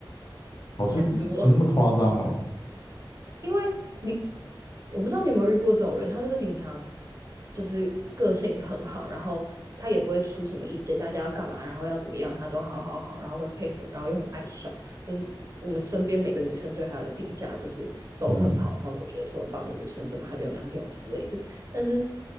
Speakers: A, on the left (about 50°); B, on the right (about 40°).
A: <laughs> 哦，是有那么夸张哦？
B: 吓死我。因为你我不知道你有没有遇过这种人，他就是平常就是个性很好，然后他也不会出什么意见，大家要干嘛，然后要怎么样，他都好好好，然后会配合，然后又很爱笑，就是我们身边每个女生对他的评价就是都很好，
A: 嗯，
B: 然后都觉得这么棒的女生怎么还没有男朋友之类的，但是。